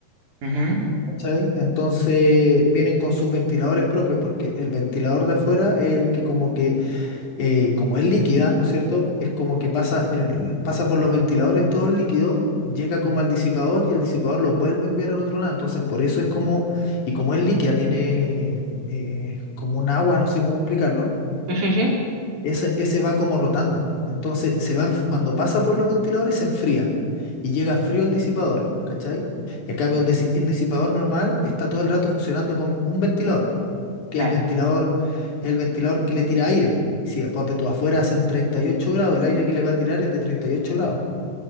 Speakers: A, on the right; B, on the left.
A: <laughs> Ujú.
B: ¿Cachai? Entonces vienen con sus ventiladores propios porque el ventilador de afuera es el que como que eh, como es líquida, ¿no es cierto? Es como que pasa, el- pasa por los ventiladores todo el líquido, llega como al disipador y el disipador lo vuelve a enviar al otro lado. Entonces, por eso es como, y como es líquida, tiene eh, como un agua, no sé cómo explicarlo,
A: Sí, sí, sí.
B: ese, ese va como rotando. Entonces, se va, enf- cuando pasa por los ventiladores, se enfría y llega frío el disipador, ¿cachai? En cambio, un, disi- un disipador normal está todo el rato funcionando con un ventilador, po, que
A: Ya.
B: es el ventilador, el ventilador que le tira aire. Y si ponte tú afuera hacen 38 grados, el aire que le va a tirar es de 38 grados,